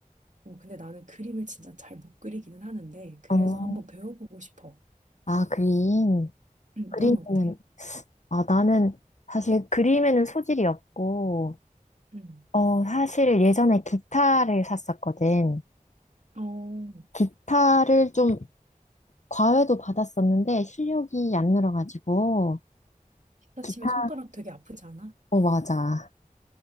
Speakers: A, on the right; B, on the left.
A: 어, 근데 나는 그림을 진짜 잘 못 그리기는 하는데 그래서
B: 어,
A: 한번 배워보고 싶어.
B: 아, 그림.
A: <clears throat>
B: 그림이면,
A: 넌 어때?
B: 아, 나는 사실 그림에는 소질이 없고,
A: 음.
B: 어, 사실 예전에 기타를 샀었거든.
A: 어,
B: 기타를 좀 과외도 받았었는데 실력이 안 늘어가지고,
A: 기타
B: 기타,
A: 치면 손가락 되게 아프지 않아?
B: 어, 맞아.